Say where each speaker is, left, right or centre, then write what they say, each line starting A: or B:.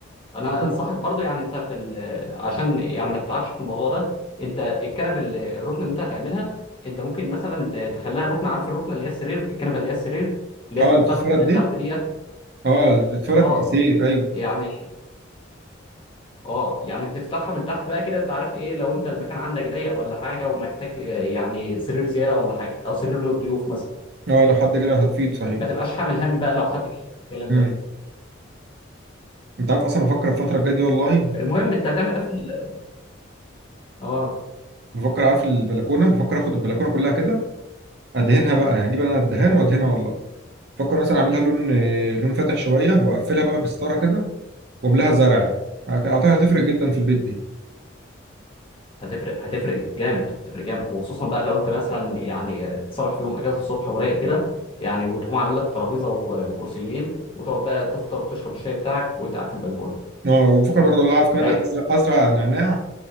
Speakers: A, on the left (about 25°); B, on the right (about 55°).
A: انا
B: ممكن.
A: انصحك برضو يعني انت في ال... عشان يعني ما تتعبش في الموضوع ده انت الكنبه اللي... الركنه اللي انت هتعملها انت ممكن مثلا تخليها الركنه عارف الركنه اللي هي السرير الكنبه اللي هي السرير اللي
B: اه
A: هي بتتفتح
B: اللي بتتفرد
A: من
B: دي
A: تحت ديت
B: اه بتفرق
A: اه
B: تأثير ايوه
A: يعني اه يعني تفتحها من تحت بقى كده انت عارف ايه لو انت المكان عندك ضيق ولا حاجه ومحتاج يعني سرير زياده ولا حاجه او سرير للضيوف مثلا
B: اه لو حد جالي هتفيد صحيح
A: ما تبقاش حامل هم بقى لو حد جه الكلام
B: امم
A: ده
B: انت عارف اصلا بفكر الفتره الجايه دي والله
A: المهم انت هتعمل ايه في ال- اه
B: بفكر عارف البلكونه بفكر اخد البلكونه كلها كده ادهنها بقى يعني اجيب انا الدهان وادهنها والله بفكر مثلا اعملها لون آه، لون فاتح شويه واقفلها بقى بستاره كده واملاها زرع اعتقد هتفرق جدا في البيت دي
A: هتفرق هتفرق جامد هتفرق جامد وخصوصا بقى لو انت مثلا يعني صرف في يوم اجازه الصبح ورايق كده يعني وتقوم عامل لك ترابيزه و- وكرسيين وتقعد بقى تفطر وتشرب الشاي بتاعك وانت قاعد في البلكونه
B: اه وبفكر برضه والله عارف كمان
A: رايق
B: ازرع ازرع نعناع